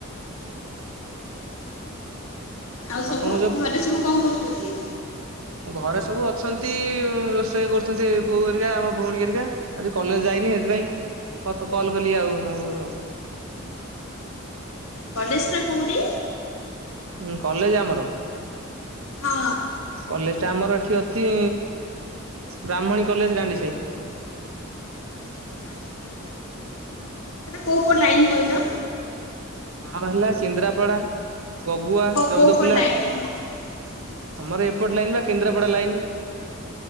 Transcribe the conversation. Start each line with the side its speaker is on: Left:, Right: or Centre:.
Left: ଆଉ ସବୁ
Right: ଆପଣଙ୍କ
Left: ଘରେ ସବୁ କଣ କରୁଛନ୍ତି?
Right: ଘରେ ସବୁ ଅଛନ୍ତି ରୋଷେଇ କରୁଛନ୍ତି ବୋଉ ହେରିକା ଆମ ଭଉଣୀ ହେରିକା। ଆଜି କଲେଜ ଯାଇନି ସେଥିପାଇଁ ତତେ କଲି ଆଉ ହୁମ୍।
Left: କଲେଜ ଟା କୋଉଠି?
Right: ହଁ କଲେଜ ଆମର।
Left: ହଁ
Right: କଲେଜ ଟା ଆମର ଏଠି ଅଛି। ବ୍ରାହ୍ମଣୀ କଲେଜ୍ ରାଣ୍ଡି ସାହି।
Left: ଆଚ୍ଛା ସେଟା କୋଉ କୋଉ ଲାଇନ୍ କହିଁଲ।
Right: ଆମର ହେଲା କେନ୍ଦ୍ରାପଡ଼ା ଗଗୁଆ
Left: ହଁ
Right: ଚଉଦକୁଲା
Left: କୋପଟ ଲାଇନି ହଁ ଆଚ୍ଛା
Right: ଆମର ଏପଟ ଲାଇନ୍ ନାଁ କେନ୍ଦ୍ରାପଡା ଲାଇନ୍।